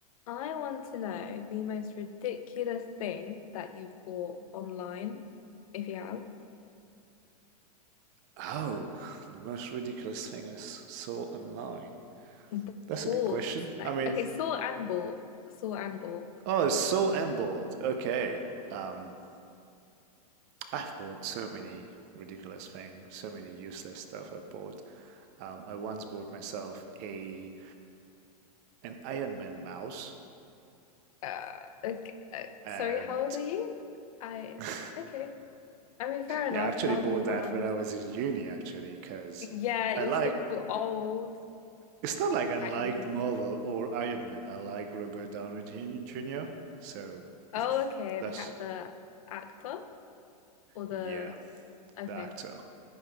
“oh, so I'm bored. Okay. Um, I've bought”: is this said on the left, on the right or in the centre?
Right